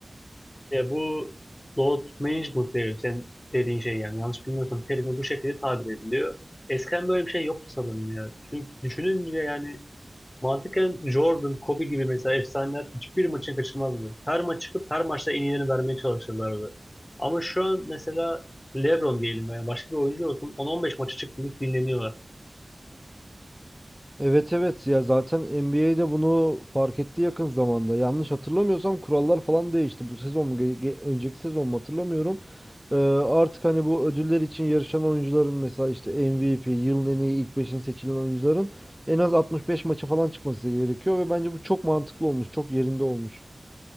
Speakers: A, on the left; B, in the centre.
A: E, bu load management diyor sen dediğin şey yani yanlış bilmiyorsam terimi bu şekilde tabir ediliyor. Eskiden böyle bir şey yoktu sanırım ya. Çünkü düşününce yani mantıken Jordan, Kobe gibi mesela efsaneler hiçbir maçın kaçırmazdı. Her maç çıkıp her maçta en iyilerini vermeye çalışırlardı. Ama şu an mesela LeBron diyelim veya başka bir oyuncu olsun on on beş maçı çıktı dinleniyorlar.
B: Evet evet ya zaten NBA'de bunu fark etti yakın zamanda. Yanlış hatırlamıyorsam kurallar falan değişti. Bu sezon mu, ge- ge- önceki sezon mu hatırlamıyorum. Ee, artık hani bu ödüller için yarışan oyuncuların mesela işte MVP, yılın en iyi ilk beşin seçilen oyuncuların en az 65 maça falan çıkması gerekiyor ve bence bu çok mantıklı olmuş, çok yerinde olmuş.